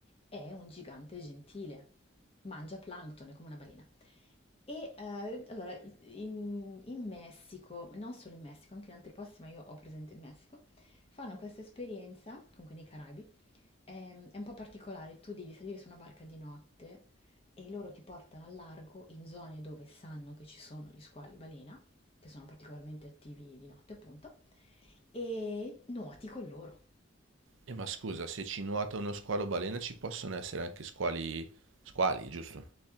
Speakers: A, on the left; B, on the right.
A: è un gigante gentile, mangia plancton, è come una balena. E eh, allora, in, in Messico, non solo in Messico, anche in altri posti, ma io ho presente il Messico, fanno questa esperienza, comunque nei Caraibi, ehm, è un po' particolare, tu devi salire su una barca di notte e loro ti portano al largo in zone dove sanno che ci sono gli squali balena, che sono particolarmente attivi di notte appunto, e nuoti con loro.
B: E ma scusa, se ci nuota uno squalo balena ci possono essere anche squali, squali, giusto?